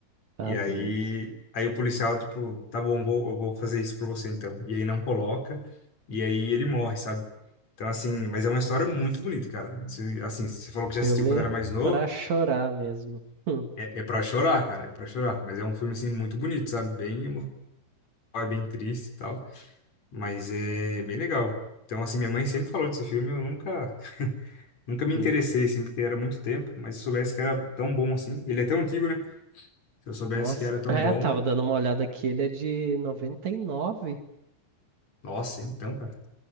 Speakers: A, on the right; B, on the left.
A: Tá
B: E
A: doido.
B: aí, aí o policial, tipo, tá bom, vou, eu vou fazer isso por você então. E aí não coloca, e aí ele morre, sabe? Então, assim, mas é uma história muito bonita, cara. Se, assim, você falou que já
A: Filme
B: assistiu quando era mais novo,
A: pra chorar mesmo. Hum,
B: é, é pra chorar, cara, é pra chorar. Mas é um filme, assim, muito bonito, sabe? Bem emocional, é bem triste e tal, mas é bem legal. Então, assim, minha mãe sempre falou desse filme, eu nunca, <laughs> nunca me
A: hum.
B: interessei, assim, porque era muito tempo, mas se eu soubesse que era tão bom assim, ele é tão antigo, né? Se eu soubesse
A: Nossa.
B: que era tão
A: É,
B: bom,
A: tava dando uma olhada aqui, ele é de noventa e nove
B: nossa, então, cara.